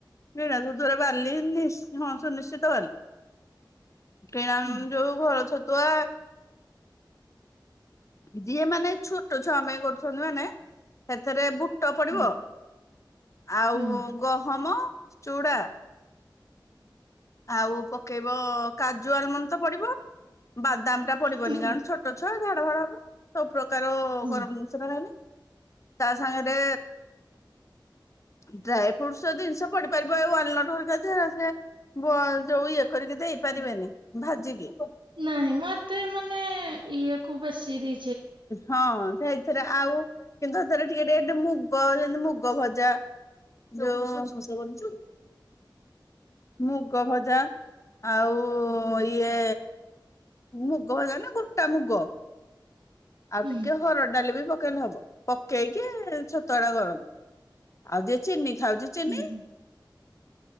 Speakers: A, on the left (about 40°); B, on the right (about 80°).
A: କିଣା ଛତୁଆରେ ବାଲି ହଁ ସୁନିଶ୍ଚିତ ବାଲି କିଣା
B: ହୁଁ
A: ଯୋଉ ଘର ଛତୁଆ ଯିଏ ମାନେ ଛୋଟ ଛୁଆ ପାଇଁ କରୁଛନ୍ତି ମାନେ ସେଥିରେ ବୁଟ ପଡିବ
B: ହୁଁ
A: ଆଉ
B: ହୁଁ
A: ଗ ହମ ଚୋଡ଼ା ଆଉ ପକେଇବ କାଜୁ ଆଲମଣ୍ଡ ତ ପଡିବ ବାଦାମ ଟା ପଡିବନି
B: ହୁଁ
A: କାରଣ ଛୋଟ ଛୁଆ ଝାଡ ଫାଡ ହବ ସବୁ ପ୍ରକାର
B: ହୁଁ।
A: ଗରମ ଜିନିଷଟ ରହ ତା ସାଙ୍ଗରେ <inaudible> ଡ୍ରାଇ ଫ୍ରୁଟସ ଜିନିଷ ପଡିପାରିବ ଟ ଯୋଉ ଇଏ କରିକି ଦେଇ ପାରିବେନି ଭାଜିକି
B: ନାଇଁ ମତେ ମାନେ ଇଏ ଖୁବ ଅ ସିରି
A: ହଁ ସେଇଥିରେ ଆଉ କିନ୍ତୁ ସେଥରେ ଟିକେ ଟିକେ ମୁଗ ଯେମିତି ମୁଗ ଭଜା ଯୋଉ ମୁଗ ଭଜା ଆଉ ଇଏ ମୁଗ ଭଜା ନା ଗୋଟା ମୁଗ ଆଉ
B: ହୁଁ
A: ଟିକେ ହର ଡାଲି ବି ପକେଇଲେ ହବ। ପକେଇକି ଛତଡା ଦଳ ଆଉ ଯିଏ ଚିନି ଖାଉଛି ଚିନି
B: ହୁଁ।
A: <inaudible>